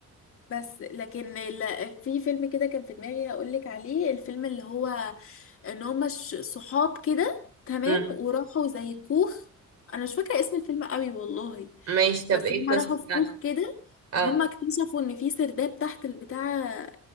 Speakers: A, on the left (about 45°); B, on the right (about 55°).
A: بس لكن ال- في فيلم كده كان في دماغي هقول لك عليه الفيلم اللي هو ان هما ش- صحاب كده تمام
B: امم
A: وراحوا زي كوخ انا مش فاكره اسم الفيلم قوي والله
B: ماشي طب
A: بس
B: ايه
A: هما
B: القصه
A: راحوا
B: بتاعته
A: في كوخ كده
B: اه
A: وهما اكتشفوا ان في سرداب تحت البتاع